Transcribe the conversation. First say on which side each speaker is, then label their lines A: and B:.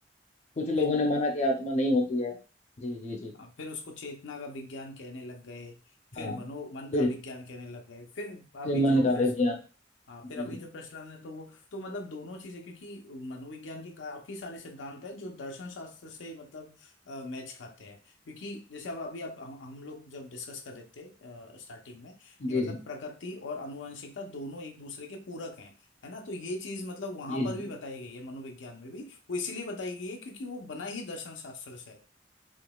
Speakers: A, on the left (about 40°); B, on the left (about 80°).
A: कुछ लोगों
B: फिर
A: ने माना कि आत्मा नहीं होती है जी जी जी
B: आ, फिर उसको चेतना का विज्ञान कहने लग गए फिर
A: हाँ
B: मनो मन
A: फिर
B: का विज्ञान कहने लग गए फिर अभी
A: फिर
B: जो
A: मन का
B: प्रश्न
A: विज्ञान
B: हाँ
A: जी
B: फिर अभी जो प्रचलन है तो वो तो मतलब दोनों चीजें क्योंकि मनोविज्ञान के काफी सारे सिद्धांत हैं जो दर्शन शास्त्र से मतलब अ, मैच खाते हैं क्योंकि जैसे अब अभी अब हम हम लोग जब डिस्कस कर रहे थे स्टार्टिंग में
A: जी
B: कि मतलब
A: जी
B: प्रकृति और आनुवंशिकता दोनों एक दूसरे के पूरक हैं है ना तो ये चीज मतलब वहां
A: जी
B: पर
A: जी
B: भी बताई गई है मनोविज्ञान में भी वो इसीलिए बताई गई है क्योंकि वो बना ही दर्शन शास्त्र से है